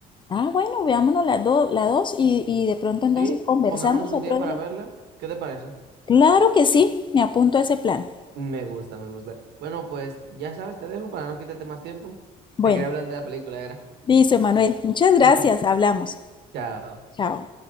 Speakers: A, on the left; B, on the right.
A: Ah, bueno, veámonos la 2, la dos y, y de pronto entonces
B: Sí,
A: conversamos
B: pongámonos un
A: otro
B: día para
A: día.
B: verla. ¿Qué te parece?
A: Claro que sí, me apunto a ese plan.
B: Me gusta, me gusta. Bueno, pues ya sabes, te dejo para no quitarte más tiempo.
A: Bueno,
B: Te quería hablar de la película, era.
A: listo, Manuel. Muchas gracias,
B: <laughs>
A: hablamos.
B: Chao.
A: Chao.